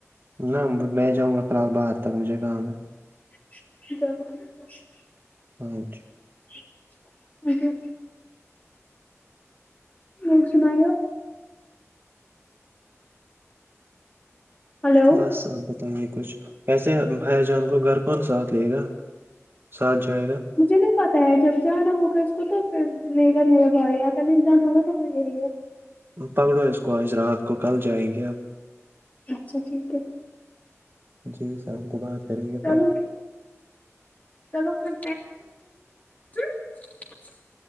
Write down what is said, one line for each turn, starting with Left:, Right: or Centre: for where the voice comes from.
Right: نہ میں جاؤں گا فی الحال باہر تک مجھے کام ہے
Left: <unintelligible>
Right: <unintelligible>
Left: <unintelligible> اور سناؤ ہلو
Right: بس آب بس یہ کچھ ویسے حیا جان کو گھر کون ساتھ لے گا ساتھ جائے گا
Left: مجھے نہیں پتا ہے جب جانا ہوگا اس کو تو پھر لے گا میرا بھائی اگر نہیں جانا ہوگا تو پھر یہی ہے
Right: پکڑو اس کو آج رات کو کل جائیں گی آب
Left: اچھا ٹھیک ہے
Right: جی شام کو بات کریں گے
Left: چلو
Right: پھر
Left: چلو پھر <unintelligible>